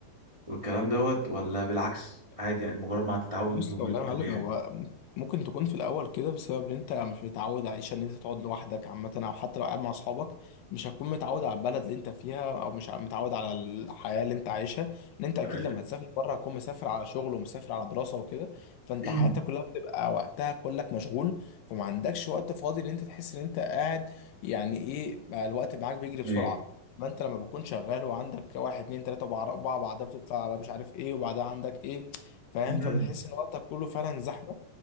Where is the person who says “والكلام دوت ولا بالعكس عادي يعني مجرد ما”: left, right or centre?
Right